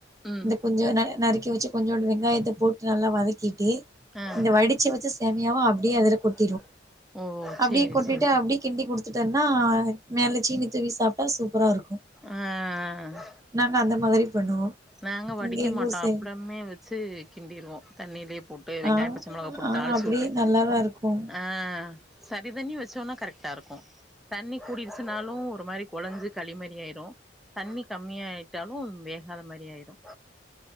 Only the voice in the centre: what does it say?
ம்
ஆ
<inaudible>
சேரி
சேரி
ஆ ஆ ஆ
நாங்க வடிக்க
மாட்டோம்
அப்புடமே வச்சு கிண்டிருவோம் தண்ணிலே போட்டு வெங்காயம்
பச்ச மொளகா போட்டு
தாளிச்சு
வுட்டு
ஆ சரி தண்ணி வச்சோனா கரெக்ட்டா இருக்கும் தண்ணி கூடிருச்சுனாலும் ஒரு மாதிரி கொழஞ்சு களிமாறி ஆயிடும் தண்ணி கம்மியா ஆயிட்டாலும் வேகாத மா ரி ஆயிரும்